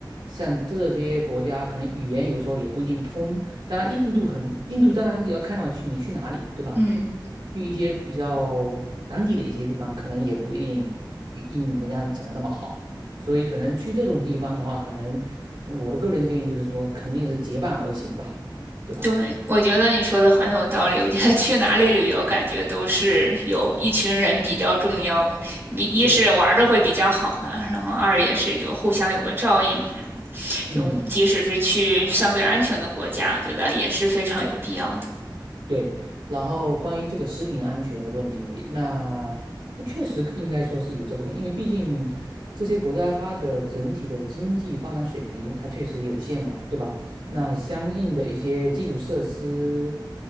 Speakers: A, on the right (about 80°); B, on the right (about 30°).
A: 像这些国家可能语言有时候也不一定通。当然，印度可能印度当然也要看要去你去哪里，对吧？
B: 嗯。
A: 去一些比较当地的一些地方，可能也不一定英语人家讲的那么好，所以可能去这种地方的话，可能我的个人建议就是说，肯定是结伴而行吧，对吧？
B: 对，我觉得你说的很有道理。我觉得去哪里旅游，感觉都是有一群人比较重要。
A: 嗯，
B: 你一是玩的会比较好嘛，
A: 对
B: 然后二也是有互相有个照应。
A: 嗯。
B: 就即使是去相对安全的国家，
A: 对，
B: 我觉得也是非常有必要的。
A: 对，然后关于这个食品安全的问题，那它确实应该说是有这个问题，因为毕竟这些国家它的整体的经济发展水平它确实有限嘛，对吧？那相应的一些基础设施，